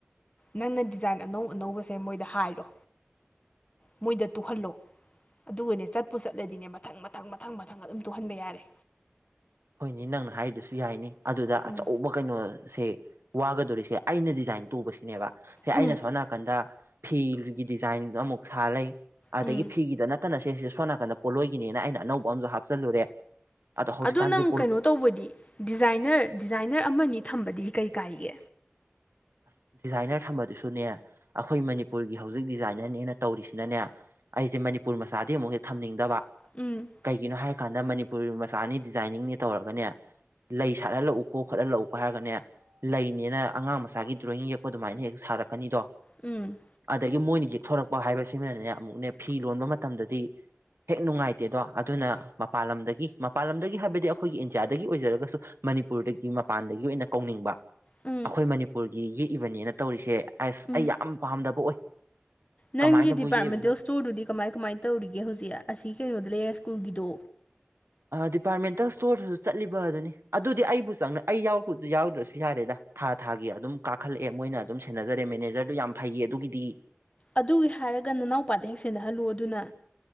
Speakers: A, on the left (about 30°); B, on the right (about 75°).
A: ꯅꯪꯅ ꯗꯤꯖꯥꯏꯟ ꯑꯅꯧ ꯑꯅꯧꯕꯁꯦ ꯃꯣꯏꯗ ꯍꯥꯏꯔꯣ ꯃꯣꯏꯗ ꯇꯨꯍꯜꯂꯣ ꯑꯗꯨꯒꯅꯦ ꯆꯠꯄꯨ ꯆꯠꯂꯗꯤꯅꯦ ꯃꯊꯪ ꯃꯊꯪ ꯃꯊꯪ ꯃꯊꯪ ꯑꯗꯨꯝ ꯇꯨꯍꯟꯕ ꯌꯥꯔꯦ
B: ꯍꯣꯏꯅꯦ ꯅꯪꯅ ꯍꯥꯏꯗꯨꯁꯨ ꯌꯥꯏꯅꯤ ꯑꯗꯨꯗ
A: ꯎꯝ
B: ꯑꯆꯧꯕ ꯀꯩꯅꯣ ꯁꯦ ꯋꯥꯒꯗꯣꯔꯤꯁꯦ ꯑꯩꯅ ꯗꯤꯖꯥꯏꯟ ꯇꯧꯕꯁꯤꯅꯦꯕ ꯁꯦ ꯑꯩꯅ
A: ꯎꯝ
B: ꯁꯣꯝ ꯅꯥꯀꯟꯗ ꯐꯤ ꯒꯤ ꯗꯤꯖꯥꯏꯟ ꯑꯃꯨꯛ ꯁꯥ ꯂꯩ ꯑꯗꯒꯤ
A: ꯎꯝ
B: ꯐꯤꯒꯤꯗ ꯅꯠꯇꯅ ꯁꯤꯦ ꯁꯤꯁꯦ ꯁꯣꯝ ꯅꯥꯀꯟꯗ ꯄꯣꯠꯂꯣꯏꯒꯤꯅꯦꯅ ꯑꯩꯅ ꯑꯅꯧꯕ ꯑꯝꯨ ꯍꯥꯞꯆꯜꯂꯨꯔꯦ ꯑꯗ ꯍꯧꯖꯤꯛꯀꯥꯟꯁꯤ
A: ꯑꯗꯣ ꯅꯪ ꯀꯩꯅꯣ ꯇꯧꯕꯗꯤ ꯗꯤꯖꯥꯏꯅꯔ ꯗꯤꯖꯥꯏꯅꯔ ꯑꯃꯅꯤ ꯊꯝꯕꯗꯤ ꯀꯩ ꯀꯥꯏꯒꯦ
B: ꯑꯁ ꯗꯤꯖꯥꯏꯅꯔ ꯊꯝꯕꯗꯨꯁꯨꯅꯦ ꯑꯩꯈꯣꯏ ꯃꯅꯤꯄꯨꯔꯒꯤ ꯍꯧꯖꯤꯛ ꯗꯤꯖꯥꯏꯅꯔꯅꯦꯅ ꯇꯧꯔꯤꯁꯤꯅꯅꯦ ꯑꯩꯁꯦ ꯃꯅꯤꯄꯨꯔ ꯃꯆꯥꯗꯤ ꯑꯃꯨꯛꯁꯦ ꯊꯝꯅꯤꯡꯗꯕ
A: ꯎꯝ
B: ꯀꯩꯒꯤꯅꯣ ꯍꯥꯏꯔ ꯀꯥꯟꯗ ꯃꯅꯤꯄꯨꯔꯤ ꯃꯆꯥꯅꯤ ꯗꯤꯖꯥꯏꯅꯤꯡꯅꯤ ꯇꯧꯔꯒꯅꯦ ꯂꯩ ꯁꯥꯠꯍꯜꯂꯛꯎꯀꯣ ꯈꯣꯠꯍꯜꯂꯛꯎꯀꯣ ꯍꯥꯏꯔꯒꯅꯦ ꯂꯩꯅꯦꯅ ꯑꯉꯥꯡꯆꯥ ꯉꯁꯥꯒꯤ ꯗ꯭ꯔꯣꯌꯤꯡ ꯌꯦꯛꯄ ꯑꯗꯨꯃꯥꯏꯅ ꯍꯦꯛ ꯁꯥꯔꯛꯀꯅꯤꯗꯣ
A: ꯎꯝ
B: ꯑꯗꯒꯤ ꯃꯣꯏꯅ ꯌꯦꯛꯊꯣꯔꯛꯄ ꯍꯥꯏꯕꯁꯤꯃꯅꯅꯦ ꯑꯃꯨꯛꯅꯦ ꯐꯤ ꯂꯣꯟꯕ ꯃꯇꯝꯗꯗꯤ ꯍꯦꯛ ꯅꯨꯡꯉꯥꯏꯇꯦꯗꯣ ꯑꯗꯨꯅ ꯃꯄꯥꯟ ꯂꯝꯗꯒꯤ ꯃꯄꯥꯟ ꯂꯝꯗꯒꯤ ꯍꯥꯏꯕꯗꯤ ꯑꯩꯈꯣꯏꯒꯤ ꯏꯟꯗꯤꯌꯥꯗꯒꯤ ꯑꯣꯏꯖꯔꯒꯁꯨ ꯃꯅꯤꯄꯨꯔꯗꯒꯤ ꯃꯄꯥꯟꯗꯒꯤ ꯑꯣꯏꯅ ꯀꯧꯅꯤꯡꯕ
A: ꯎꯝ
B: ꯑꯩꯈꯣꯏ ꯃꯅꯤ ꯃꯄꯨꯔꯒꯤ ꯌꯦꯛꯏꯕꯅꯦꯅ ꯇꯧꯔꯤꯁꯦ ꯑꯁ
A: ꯎꯝ
B: ꯑꯩ ꯌꯥꯝ ꯄꯥꯝꯗꯕ ꯑꯣꯏ
A: ꯅꯪꯒꯤ
B: ꯀꯃꯥꯏꯅꯕꯨ
A: ꯗꯤꯄꯥꯔꯠꯃꯦꯟꯇꯦꯜ
B: ꯌꯦꯛꯏꯕꯅꯣ
A: ꯏꯁꯇꯣꯔꯗꯨꯗꯤ ꯀꯃꯥꯏ ꯀꯃꯥꯏꯅ ꯇꯧꯔꯤꯒꯦ ꯍꯧꯖꯤꯛ ꯑꯁꯤ ꯀꯩꯅꯣꯗ ꯂꯩꯔ ꯀꯨꯜꯒꯤꯗꯣ
B: ꯗꯤꯄꯥꯔꯠꯃꯦꯟꯇꯦꯜ ꯁ꯭ꯇꯣꯔꯗꯁꯨ ꯆꯠꯂꯤꯕ ꯑꯗꯨꯅꯤ ꯑꯗꯨꯗꯤ ꯑꯩꯕꯨ ꯆꯪꯅ ꯑꯩꯎꯕ ꯌꯥꯎꯗ꯭ꯔꯁꯨ ꯌꯥꯔꯦꯗ ꯊꯥꯔ ꯊꯥꯒꯤ ꯑꯗꯨꯝ ꯀꯥꯈꯠꯂꯛꯦ ꯃꯣꯏꯅ ꯑꯗꯨꯝ ꯁꯦꯟꯅꯖꯔꯦ ꯃꯦꯅꯦꯖꯔꯗꯨ ꯌꯥꯝ ꯐꯩꯌꯦ ꯑꯗꯨꯒꯤꯗꯤ
A: ꯑꯗꯨꯒꯤ ꯍꯥꯏꯔꯒ ꯅꯅꯥꯎꯄꯥꯗ ꯍꯦꯛ ꯁꯦꯊꯍꯜꯂꯨ ꯑꯗꯨꯅ